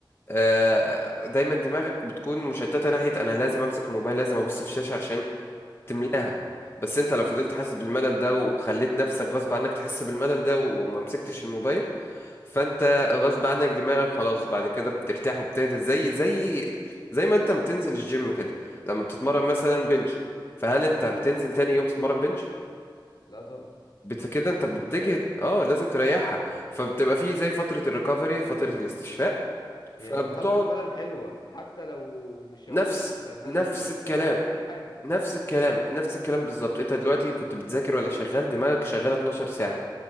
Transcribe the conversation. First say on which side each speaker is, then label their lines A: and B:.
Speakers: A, on the left; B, on the left.
A: آه، دايما دماغك بتكون مشتتة ناحية انا لازم امسك الموبايل لازم ابص في الشاشة عشان تملاها
B: أيوه فاهم
A: بس انت لو فضلت حاسس بالملل ده وخليت نفسك غصب عنك تحس بالملل ده وما مسكتش الموبايل فانت غصب عنك دماغك خلاص بعد كده بترتاح وبتهدى زي زي زي ما انت بتنزل الجيم كده لما بتتمرن مثلا بنج فهل انت بتنزل
B: أيوة.
A: تاني يوم تتمرن بنج
B: لا طبعا
A: بت كده انت
B: لازم
A: بتجهد
B: بتريح
A: اه لازم تريحها فبتبقى فيه زي فترة الريكفري فترة الاستشفاء فبتقعد
B: هي مرحلة الملل حلوة حتى لو مش
A: نفس
B: هقول لك تبقى ملل
A: نفس
B: بس
A: الكلام
B: فكر في أي حاجة
A: نفس الكلام نفس الكلام بالظبط انت دلوقتي كنت بتذاكر ولا شغال دماغك شغالة 12 ساعة